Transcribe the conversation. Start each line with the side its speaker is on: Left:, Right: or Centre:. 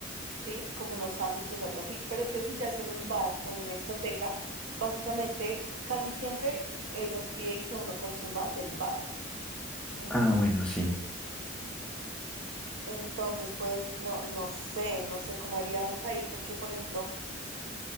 Right: ¿sí? Como unos sándwiches o algo así. Pero es que si ya es en un bar o en una discoteca, básicamente casi siempre ellos piden que uno consuma del bar. ¿m?
Centre: Ah, bueno, sí.
Right: Entonces, pues no, no sé, no sé cómo haríamos ahí, porque por ejemplo,